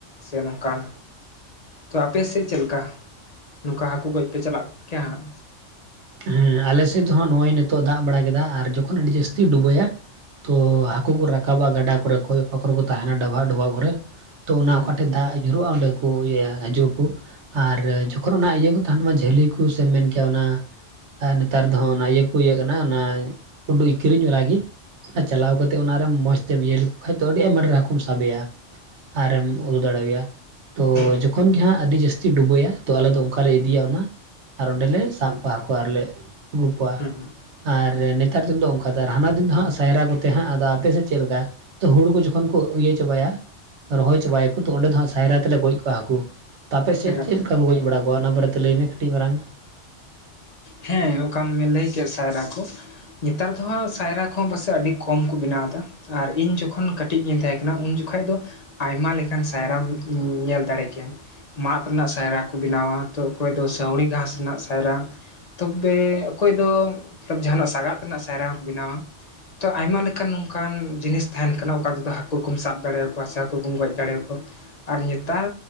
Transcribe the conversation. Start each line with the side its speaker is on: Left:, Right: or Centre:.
Left: ᱥᱮ ᱱᱚᱝᱠᱟᱱ᱾ ᱛᱚ ᱟᱯᱮ ᱥᱮᱡ ᱪᱮᱞ ᱠᱟ ᱱᱚᱝᱠᱟ ᱦᱟᱹᱠᱩ ᱜᱚᱡ ᱯᱮ ᱪᱟᱞᱟᱜ ᱠᱮᱭᱟ ᱦᱟᱸᱜ?
Right: ᱦᱮᱸ ᱟᱞᱮ ᱥᱮᱡ ᱫᱚ ᱦᱟᱜ ᱱᱚᱜᱼᱚᱭ ᱱᱤᱛᱚᱜ ᱫᱟᱜ ᱵᱟᱲᱟ ᱠᱮᱫᱟ ᱟᱨ ᱡᱚᱠᱷᱚᱱ ᱟᱹᱰᱤ ᱡᱟᱹᱥᱛᱤ ᱰᱩᱵᱟᱹᱭᱟ᱾ ᱛᱳ ᱦᱟᱹᱠᱩ ᱠᱚ ᱨᱟᱠᱟᱵᱟ ᱜᱟᱰᱟ ᱠᱚᱨᱮ ᱠᱷᱚᱭ ᱚᱠᱟ ᱠᱚᱨᱮ ᱠᱚ ᱛᱟᱦᱮᱱᱟ ᱰᱟᱵᱷᱟᱦᱟᱜ ᱰᱚᱵᱷᱟᱜ ᱠᱚᱨᱮ᱾ ᱛᱚ ᱚᱱᱟ
Left: ᱦᱩᱸ
Right: ᱚᱠᱟᱴᱷᱮᱡ ᱫᱟᱜ᱾ ᱧᱩᱨᱩᱜᱼᱟ ᱚᱸᱰᱮ ᱠᱚ ᱤᱭᱟᱹ ᱦᱤᱡᱩᱜ ᱟᱠᱚ ᱟᱨ ᱡᱚᱠᱷᱚᱱ ᱚᱱᱟ ᱤᱭᱟᱹ ᱠᱚ ᱛᱟᱦᱮᱱ ᱛᱟᱢᱟ ᱡᱷᱟᱹᱞᱤ᱾ ᱠᱩ ᱥᱮ ᱢᱮᱱ ᱠᱮᱭᱟ ᱚᱱᱟ᱾ ᱟᱨ ᱱᱮᱛᱟᱨ ᱫᱚ ᱦᱟ ᱚᱱᱟ ᱤᱭᱟᱹ ᱠᱚ ᱤᱭᱟᱹᱜ ᱠᱟᱱᱟ ᱚᱱᱟ ᱩᱰᱩ ᱠᱤᱨᱤᱧ ᱵᱟᱞᱟᱜᱮ᱾ ᱟᱸ ᱪᱟᱞᱟᱣ ᱠᱟᱛᱮ ᱚᱱᱟᱨᱮ ᱢᱚᱡ ᱢ ᱤᱭᱟᱹ ᱞᱮᱠᱚ ᱠᱷᱟᱱ ᱫᱚ ᱟᱹᱰᱤ ᱟᱭᱢᱟ ᱰᱷᱮᱨ ᱦᱟᱹᱠᱩᱢ ᱥᱟᱵᱮᱭᱟ ᱟᱨᱮᱢ ᱩᱫᱩ ᱫᱟᱲᱮᱭᱟᱭᱟ ᱛᱚ
Left: ᱦᱩᱸ ᱦᱩᱸ
Right: ᱡᱚᱠᱷᱚᱱ ᱜᱮ ᱦᱟᱸᱜ ᱟᱹᱰᱤ ᱡᱟᱹᱥᱛᱤ ᱰᱩᱵᱟᱹᱭᱟ ᱛᱚ ᱟᱞᱮ ᱫᱚ ᱚᱱᱠᱟᱞᱮ ᱤᱫᱤᱭᱟ ᱚᱱᱟ ᱟᱨ ᱚᱸᱰᱮᱞᱮ ᱥᱟᱵ ᱠᱚᱣᱟ ᱦᱟᱹᱠᱩ ᱟᱨᱞᱮ ᱟᱹᱜᱩ ᱠᱚᱣᱟ
Left: ᱦᱩᱸ ᱦᱩᱸ
Right: ᱟᱨ ᱱᱮᱛᱟᱨ ᱫᱤᱱ ᱫᱚ ᱚᱱᱠᱟ ᱫᱚ ᱦᱟᱱᱟ ᱫᱤᱱ ᱫᱚ ᱦᱟᱸᱜ ᱥᱟᱭᱨᱟ ᱠᱚᱛᱮ ᱦᱟᱸᱜ ᱟᱫᱚ ᱟᱯᱮ ᱥᱮᱫ ᱪᱮᱫ ᱞᱮᱠᱟ ᱛᱚ ᱦᱩᱲᱩ ᱠᱚ ᱡᱚᱠᱷᱚᱱ ᱠᱚ ᱤᱭᱟᱹ ᱪᱟᱵᱟᱭᱟ ᱨᱚᱦᱚᱭ ᱪᱟᱵᱟᱭᱟᱠᱚ ᱛᱚ ᱚᱸᱰᱮ ᱫᱚ ᱦᱟᱸᱜ ᱥᱟᱭᱨᱟ ᱛᱮᱞᱮ ᱜᱚᱡ ᱠᱚᱣᱟ ᱦᱟᱹᱠᱩ ᱛᱚ ᱟᱯᱮᱥᱮᱫ
Left: ᱮᱠᱟᱞ
Right: ᱪᱮᱫ ᱞᱮᱠᱟ ᱠᱚ ᱜᱚᱡ ᱵᱟᱲᱟ ᱠᱚᱣᱟ ᱚᱱᱟ ᱵᱟᱨᱮᱛᱮ ᱞᱟᱹᱭᱢᱮ ᱠᱟᱹᱴᱤᱡ ᱢᱟᱨᱟᱝ
Left: ᱦᱮᱸ ᱚᱠᱟᱢ ᱞᱟᱹᱭ ᱠᱮᱫ ᱥᱟᱭᱨᱟ ᱠᱚ ᱱᱮᱛᱟᱨ ᱫᱚ ᱦᱟᱸᱜ ᱥᱟᱭᱨᱟ ᱠᱚᱦᱚᱸ ᱯᱟᱥᱮᱡ ᱟᱹᱰᱤ ᱠᱚᱢ ᱠᱚ ᱵᱮᱱᱟᱣ ᱮᱫᱟ ᱟᱨ ᱤᱧ ᱡᱚᱠᱷᱚᱱ ᱠᱟᱹᱴᱤᱡ ᱜᱤᱧ ᱛᱟᱦᱮᱸ ᱠᱟᱱᱟ ᱩᱱ ᱡᱚᱠᱷᱟᱡ ᱫᱚ ᱟᱭᱢᱟ ᱞᱮᱠᱟᱱ ᱥᱟᱭᱨᱟᱢ ᱧᱮᱞ ᱫᱟᱲᱮ ᱠᱮᱭᱟ ᱢᱟᱫ ᱨᱮᱱᱟᱜ ᱥᱟᱭᱨᱟ ᱠᱚ ᱵᱮᱱᱟᱣᱟ ᱛᱚ ᱚᱠᱚᱭ ᱫᱚ ᱥᱟᱹᱣᱲᱤ ᱜᱷᱟᱸᱥ ᱨᱮᱱᱟᱜ ᱥᱟᱭᱨᱟ ᱛᱚᱵᱮ ᱚᱠᱚᱭ ᱫᱚ ᱡᱟᱦᱟᱱᱟᱜ ᱥᱟᱸᱜᱟᱫ ᱨᱮᱱᱟᱜ ᱥᱟᱭᱨᱟ ᱦᱚᱸᱠᱚ ᱵᱮᱱᱟᱣᱟ ᱛᱚ ᱟᱭᱢᱟ ᱞᱮᱠᱟᱱ ᱱᱚᱝᱠᱟᱱ ᱡᱤᱱᱤᱥ ᱛᱟᱦᱮᱱ ᱠᱟᱱᱟ ᱚᱠᱟ ᱛᱮᱫᱚ ᱦᱟᱹᱠᱩ ᱠᱚᱢ ᱥᱟᱵ ᱫᱟᱲᱮᱭᱟ ᱠᱚᱣᱟ ᱥᱮ ᱦᱟᱹᱠᱩ ᱠᱚᱢ ᱜᱚᱡ ᱫᱟᱲᱮᱭᱟ ᱠᱚᱣᱟ ᱟᱨ ᱱᱮᱸᱛᱟᱨ